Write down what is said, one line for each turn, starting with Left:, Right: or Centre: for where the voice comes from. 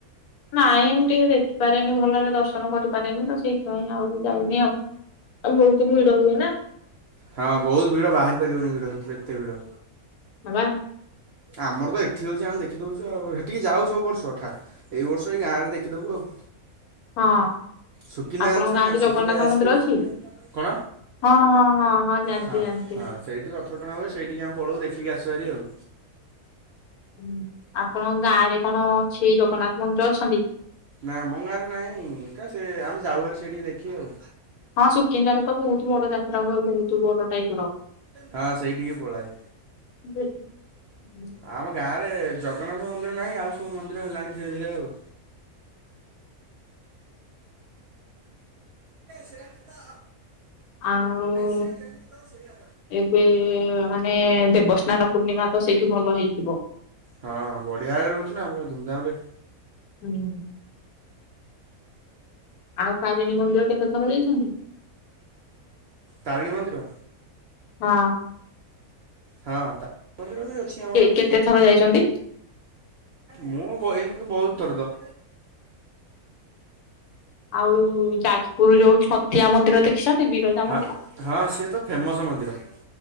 Left: ନାଇଁ ଏମିତି ଦେଖିପାରେନି ଭଲରେ ଦର୍ଶନ କରିପାରେନି ତ ସେଇଥିାଇଁ ଆଉ ଯାଇନି ଆଉ। ଆଉ ବୋହୁତ ଭିଡ ହୁଏ ନା।
Right: ହଁ ବୋହୁତ ଭିଡ ବାହାରି ପାରିବନି ଭିଡ ଏତେ ଭିଡ।
Left: ହଁ।
Right: ଆମର ତ ଏଠି ହୋଉଚୁ ଆେ ଦେଖିଦେଉୁ ଆଉ ସେଠି ଯାଉ ସବୁ ବର୍ଷ ଠା ଏଇ ବର୍ଷ ଏଇ ଗାଁ ରେ ଦେଖିଦବୁ ଆଉ।
Left: ହଁ
Right: ସୁକିନ୍ଦା
Left: ଆପଣଙ୍କ
Right: ଜାଣିଛ
Left: ଗାଁରେ
Right: ନାଇଁ ସୁକିନ୍ଦା
Left: ଜଗନ୍ନାଥ
Right: ଯାଜପୁର
Left: ମନ୍ଦିର ଅଛି?
Right: କଣ
Left: ହଁ ହଁ ହଁ ହଁ। ଜାଣିଛି
Right: ହଁ
Left: ଜାଣିଛି।
Right: ହଁ ସେଇଠି ରଥ ଟଣା ହୁଏ ସେଇଠିକି ଆମେ ପଳଉ ଦେଖିକି ଅସୁ ଭାରି ଆଉ।
Left: ହୁଁ ଆପଣଙ୍କ ଗାଁ ରେ କଣ ଅଛି ଜଗନ୍ନାଥ ମନ୍ଦିର ଅଛନ୍ତି?
Right: ନା ଆମ ଗାଁରେ ନାହିଁ ଏକା ସେ ଆମେ ଯାଉ ହେରି ସେଠିକି ଦେଖି ଆଉ।
Left: ହଁ ସୁକିନ୍ଦାର ତ ବୋହୁତ ବଡ ଯାତ୍ରା ହୁଏ ବୋହୁତ ବଡ ଟାଇପ ର।
Right: ହଁ ସେଇଠିକି ପଳାଏ।
Left: <unintelligible>
Right: ଆମ ଗାଁରେ ଜଗନ୍ନାଥ ମନ୍ଦିର ନାହିଁ ଆଉ ସବୁ ମନ୍ଦିର ହେଲାଣି ଧୀରେ ଧୀରେ ଆଉ। ସେମତି ତ
Left: ଆଉ
Right: ସେ ଯେମିତି ତ ସେଇଆ
Left: ଏବେ ମାନେ ଦେବସ୍ନାନ ପୂର୍ଣ୍ଣିମା ତ ସେଇଠି ଭଲ ହେଇଥିବ?
Right: ହଁ ବଢିଆ ଆଗରେ ର ହୋଉଚି ନା ଆମର ଧୁମଧାମ ରେ।
Left: ହୁଁ। ଆଉ ତାରିଣୀ ମନ୍ଦିର କେତେ ଥର ଯାଇଛନ୍ତି?
Right: ତାରିଣୀ ମନ୍ଦିର?
Left: ହଁ।
Right: ହଁ ତା ମନ୍ଦିର ବି ଅଛି ଆମର।
Left: କେତେ ଥର ଯାଇଛନ୍ତି?
Right: ମୁଁ <unintelligible> ବୋହୁତ ଥର।
Left: ଆଉ ଯା ପରୁ ଯୋଉ ଛତିଆ ମନ୍ଦିର ଦେଖିଛନ୍ତି ବିରଜା
Right: ହଁ
Left: ମନ୍ଦିର।
Right: ହଁ ସିଏ ତ ଫେମସ୍ ମନ୍ଦିର ହଁ।